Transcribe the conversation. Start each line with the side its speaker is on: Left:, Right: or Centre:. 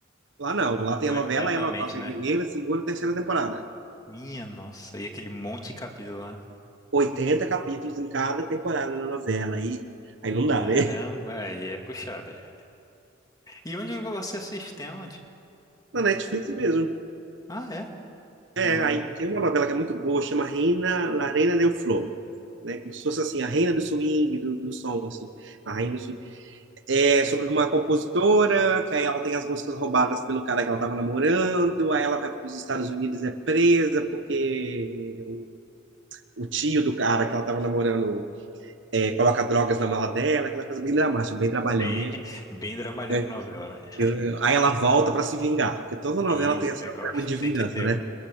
Right: Lá não, lá tem
Left: eu
Right: a
Left: eternamente,
Right: novela, aí a novela tem
Left: né?
Right: primeira, segunda, terceira temporada.
Left: Minha nossa, e aquele monte de capítulo lá.
Right: 80 capítulos em cada temporada na novela. E aí não dá,
Left: Caramba,
Right: né?
Left: aí é puxado. é. E onde você assiste? Tem onde?
Right: <laughs> Na Netflix mesmo.
Left: Ah, é?
Right: É,
Left: Hum,
Right: aí tem uma novela que é muito boa, chama Reina, La Reina del Flow. né? Como se fosse assim, a reina do swing, do, do som, assim, a reina do swing. É sobre uma compositora, que aí ela tem as músicas roubadas pelo cara que ela estava namorando, aí ela vai para os Estados Unidos e é presa porque o, o tio do cara que ela estava namorando é, coloca drogas na mala dela, aquela coisa bem dramática, bem trabalhão
Left: bem,
Right: mesmo.
Left: bem dramalhão
Right: né?
Left: de novela, né?
Right: Aí ela volta para se vingar, porque toda novela
Left: Eita,
Right: tem essa
Left: gosto.
Right: trama de vingança,
Left: Tem que ter.
Right: né?